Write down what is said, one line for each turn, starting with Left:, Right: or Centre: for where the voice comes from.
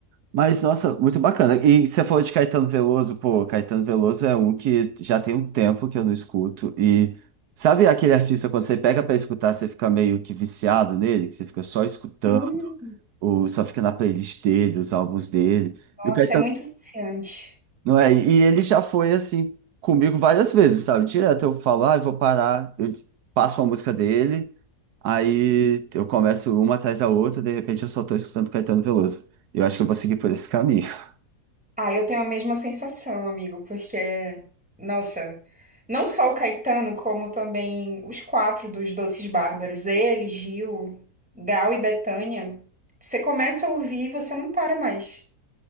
Right: Mas, nossa, muito bacana. E você falou de Caetano Veloso, pô, Caetano Veloso é um que já tem um tempo que eu não escuto. E sabe aquele artista, quando você pega pra escutar, você fica meio que viciado nele, que você fica só escutando,
Centre: Hum.
Right: ou só fica na playlist dele, os álbuns dele.
Centre: Nossa,
Right: E o Caetano,
Centre: é muito viciante.
Right: não é? E ele já foi assim comigo várias vezes, sabe? Direto eu falo, ah, eu vou parar, eu passo uma música dele, aí eu começo uma atrás da outra, de repente eu só tô escutando Caetano Veloso. Eu acho que eu vou seguir por esse caminho. <laughs>
Centre: Ah, eu tenho a mesma sensação, amigo, porque, nossa, não só o Caetano, como também os quatro dos Doces Bárbaros, ele, Gil, Gal e Bethânia, você começa a ouvir e você não para mais.